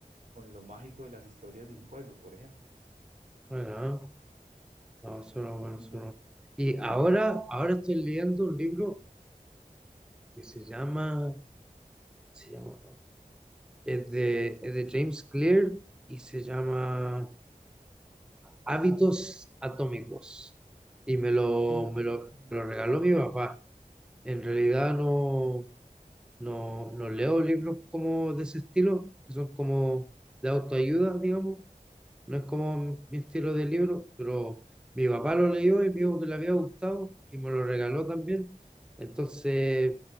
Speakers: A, on the right (about 65°); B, in the centre.
A: con lo mágico de las historias de un pueblo, por ejemplo.
B: bueno, ah. no, eso no, bueno, eso
A: Mu-
B: no. Y ahora, ahora estoy leyendo un libro que se llama se llama, es de, es de James Clear y se llama Hábitos Atómicos. Y me lo,
A: Sí, lo- ah,
B: me lo,
A: ok, no.
B: me lo regaló mi papá. En realidad no, no, no leo libros como de ese estilo, que son como de autoayuda, digamos, no es como mi estilo de libro, pero mi papá lo leyó y me dijo que le había gustado y me lo regaló también. Entonces